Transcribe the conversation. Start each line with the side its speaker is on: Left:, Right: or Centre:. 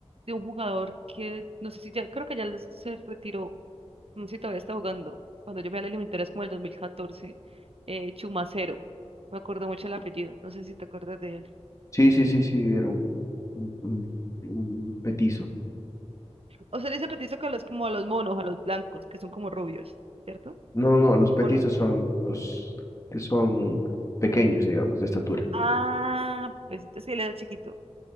Right: de un jugador que, no sé si ya, creo que ya les- se retiró, no sé si todavía está jugando, cuando yo me alejé militar es como el 2014, eh, Chumacero, me acuerdo mucho el apellido, no sé si te acuerdas de él.
Left: Sí, sí, sí, sí, era un, un, un- un petizo.
Right: O sea, le dice petiso que a los, como a los monos, a los blancos, que son como rubios, ¿cierto?
Left: No, no, no, los petizos
Right: ¿O no?
Left: son los que son pequeños, digamos, de estatura.
Right: Ah, pues entonces sí, él era chiquito,